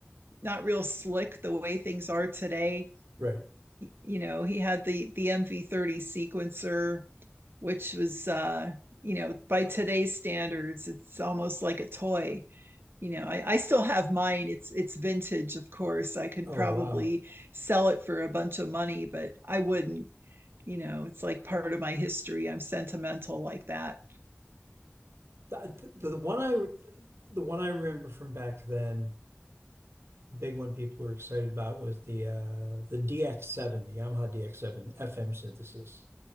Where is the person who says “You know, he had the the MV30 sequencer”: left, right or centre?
Right